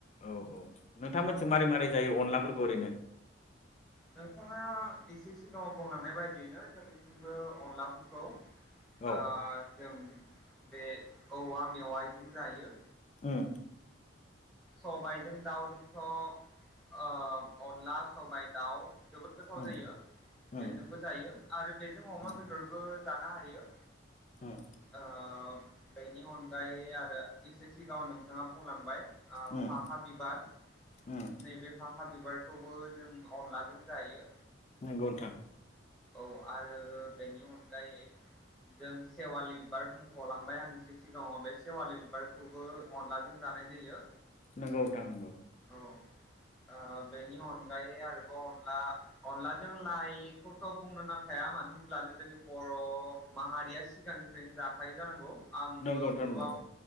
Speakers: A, on the left (about 35°); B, in the centre.
A: औ औ नोंथां मोनथिं मारै मारै जायो अनलाफोरखौ ओरैनो
B: नोंथाङा एसे सिगाङाव बुंलांनाय बायदियैनो जोंनिथिंबो अनलाफोरखौ
A: औ
B: ओ जों बे औवा मेवाइजों जायो
A: उम
B: सबाइजों दाउजोंथ' ओ अनला सबाइ दाउ जोबोद गोथाव
A: उम
B: जायो बेजोंबो
A: उम
B: जायो आरो बेजों अमा
A: उम
B: बेदरबो जानो हायो
A: उम
B: ओ बेनि अनगायै आरो एसे सिगाङाव नोंथाङा बुंलांबाय ओ
A: उम
B: फाखा बिबार
A: उम
B: नैबे फाखा बिबार खौबो जों अनलाजों जायो
A: नोंगौ नोंथां
B: औ आरो बेनि अनगायै जों सेवालि बिबार मख'लांबाय आं एसे सिगाङाव बे सेवालि बिबारखौबो अनलाजों जानाय जायो
A: नोंगौ नोंथां नोंगौ
B: औ ओ बेनि अनगायै आरो ब अनला अनलाजों लाइखौथ' बुंनो नांखाया मानो होनोमब्लानो जोंनि बर' माहारिया सिगांनिफ्रायनो जाखायो जानांगौ आंबो
A: नंगौ नोंथां
B: गोबाव
A: नंगौ